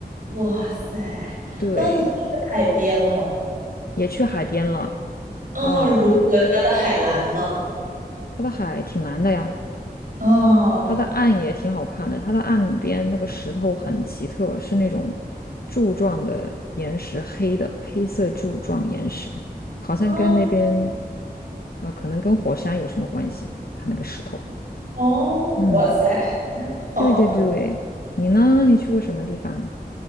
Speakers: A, on the right; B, on the left.
A: 哇塞，
B: 对，
A: 那你去海边了吗？
B: 也去海边了，
A: 嗯，
B: 啊、
A: 如何它的海蓝吗？
B: 它的海挺蓝的呀。
A: 哦，
B: 它的岸也挺好看的，它的岸边那个石头很奇特，是那种柱状的岩石，黑的，黑色柱状岩石，好像跟那边，
A: 哦，
B: 呃，可能跟火山有什么关系？它那个石头，
A: 哦，
B: 嗯，
A: 哇塞，好的呢。
B: 对对对，你呢？你去过什么地方？